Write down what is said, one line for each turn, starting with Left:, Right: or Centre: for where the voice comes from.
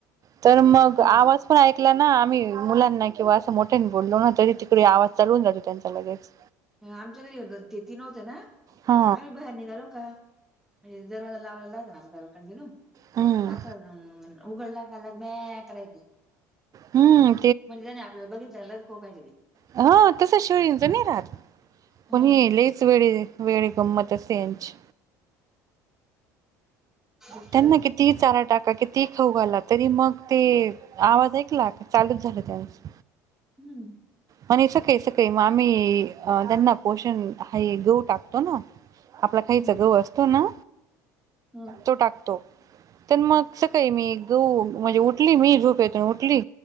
Right: तर मग,
Centre: पण हो
Right: आवाज
Centre: ना
Right: पण ऐकला ना आम्ही. मुलांना किंवा असं मोठ्यांनी. बोंला ना, तरी तिकडे आवाज चढवून जातो त्यांचा लगेच.
Centre: ह आमच्या घरी होत ते, तीन होत ना.
Right: हा
Centre: आम्ही बाहेर निघालो का? म्हणजे दरवाजा लावायला लागलना आपल्याला. कंडलुम
Right: हम्म
Centre: मातरम्, उघडला कालांग मॅ.. अॅ.. करायची.
Right: हम्म
Centre: म्हणजे त्यांनी आपल्याला बघितल्यालं, कोगाजीरी.
Right: ह तस शेळींच नई राहात, पण
Centre: हा
Right: हे लईच वेडेदे वेणी गंमत सेंच
Centre: बेकार
Right: त्यांना कित ती चारा टाका कीती खाऊघाला तरी मग ते आवाज ऐकला की चालूच झाल त्यांच.
Centre: हम्म्.
Right: म्हणे सकाळी सकाळी म आम्ही अ त्यांना पोषण हाई गहू टाकतो न. आपला खाईचा
Centre: हम्म
Right: गहू असतो न,
Centre: ह
Right: तो टाक तो. तर मग सकाळी मी गहू म्हणजे उठली मी झोपेतून उठली